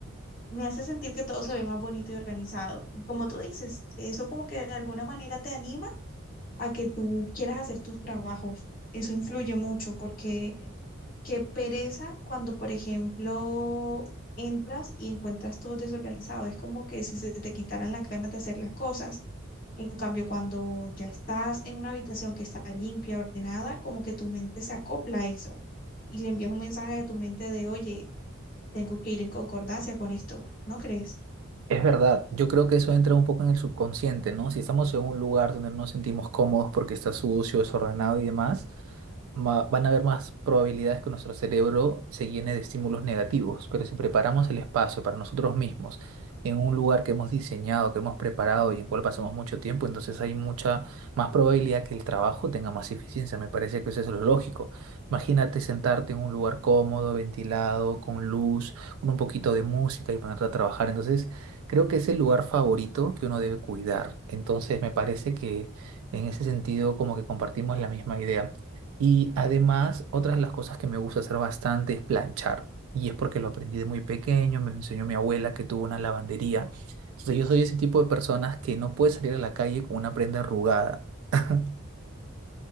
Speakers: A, on the left (about 40°); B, on the right (about 75°).
A: me hace sentir que todo se ve más bonito y organizado. Y como tú dices, eso como que de alguna manera te anima a que tú quieras hacer tus trabajos. Eso influye mucho porque qué pereza cuando, por ejemplo, entras y encuentras todo desorganizado. Es como que si se te quitaran las ganas de hacer las cosas. En cambio, cuando ya estás en una habitación que está limpia, ordenada, como que tu mente se acopla a eso y le envías un mensaje a tu mente de, oye, tengo que ir en concordancia con esto, ¿no crees?
B: Es verdad, yo creo que eso entra un poco en el subconsciente, ¿no? Si estamos en un lugar donde no nos sentimos cómodos porque está sucio, desordenado y demás. ma- van a haber más probabilidades que nuestro cerebro se llene de estímulos negativos, pero si preparamos el espacio para nosotros mismos en un lugar que hemos diseñado, que hemos preparado y en cual pasamos mucho tiempo, entonces hay mucha más probabilidad que el trabajo tenga más eficiencia. Me parece que eso es lo lógico. Imagínate sentarte en un lugar cómodo, ventilado, con luz, con un poquito de música y ponerte a trabajar. Entonces, creo que es el lugar favorito que uno debe cuidar. Entonces, me parece que en ese sentido como que compartimos la misma idea. Y además, otras de las cosas que me gusta hacer bastante es planchar. Y es porque lo aprendí de muy pequeño, me lo enseñó mi abuela que tuvo una lavandería. Entonces yo soy ese tipo de personas que no puede salir a la calle con una prenda arrugada. <laughs>